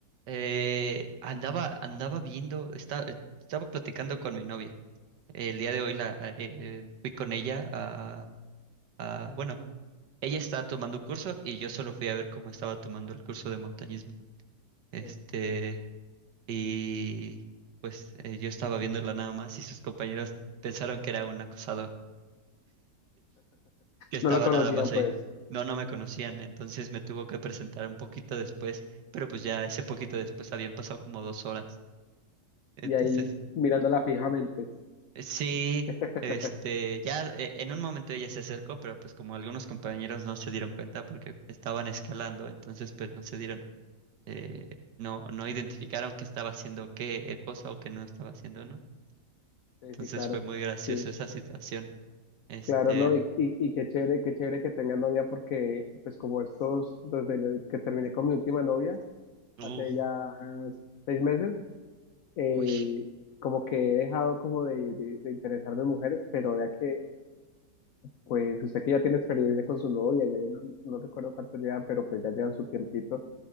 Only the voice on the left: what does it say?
sí.
No lo conocían,
pues,
y ahí mirándola fijamente.
<laughs>
Sí,
sí, claro,
sí,
claro, ¿no? Y, y, y qué chévere, qué chévere que tenga novia porque, pues, como estos, desde el que terminé con mi última novia,
hace ya seis meses, eh,
como que he dejado como de, de, de interesarme en mujeres, pero ya que, pues, usted que ya tiene experiencia con su novia, ya llevan- no, recuerdo cuánto llevan, pero pues ya llevan su tiempito,